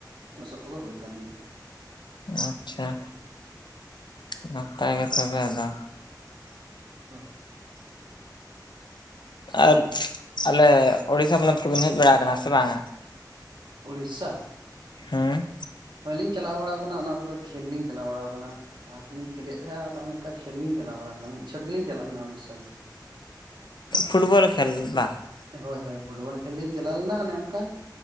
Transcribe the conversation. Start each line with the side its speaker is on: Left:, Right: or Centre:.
Right: ᱞᱚᱥᱚᱫ ᱠᱚᱫᱚ ᱦᱩᱭ ᱟᱠᱟᱱ ᱜᱮᱭᱟ᱾
Left: ᱟᱪᱪᱷᱟ ᱱᱟᱯᱟᱭ ᱜᱮ ᱛᱚᱵᱮ ᱟᱫᱚ
Right: ᱦᱳᱭ
Left: ᱟᱨ ᱟᱞᱮ ᱩᱲᱤᱥᱟ ᱯᱚᱱᱚᱛ ᱠᱚ ᱵᱤᱱ ᱦᱮᱡ ᱵᱟᱲᱟ ᱠᱟᱱᱟ ᱥᱮ ᱵᱟᱝᱼᱟ?
Right: ᱩᱲᱤᱥᱟ
Left: ᱦᱮᱸ
Right: ᱦᱳᱭ ᱞᱤᱧ ᱪᱟᱞᱟᱣ ᱵᱟᱲᱟᱣ ᱟᱠᱟᱱᱟ, ᱚᱱᱟ ᱠᱚ ᱫᱚ ᱠᱷᱮᱞ ᱞᱤᱧ ᱪᱟᱞᱟᱣ ᱵᱟᱲᱟᱟᱣ ᱟᱠᱟᱱᱟ᱾ ᱞᱟᱦᱟ ᱛᱮᱞᱤᱧ ᱠᱷᱮᱞᱮᱫ ᱛᱟᱦᱮᱫ- ᱟ ᱚᱱᱮ ᱚᱱᱠᱟ ᱠᱷᱮᱞ ᱤᱧ ᱪᱟᱞᱟᱣ ᱵᱟᱲᱟ ᱟᱠᱟᱱᱟ ᱢᱤᱫ ᱪᱷᱚᱴ ᱜᱮᱞᱤᱧ ᱪᱟᱞᱟᱣ ᱟᱠᱟᱱᱟ ᱩᱲᱤᱥᱟ
Left: ᱯᱷᱩᱴ ᱵᱚᱞ ᱠᱷᱮᱞ ᱵᱟᱝ
Right: ᱦᱳᱭ ᱦᱳᱭ ᱯᱷᱩᱴᱵᱚᱞ ᱠᱷᱮᱞ ᱞᱤᱧ ᱪᱟᱞᱟᱣ ᱞᱮᱱᱟ ᱚᱱᱮ ᱚᱱᱠᱟ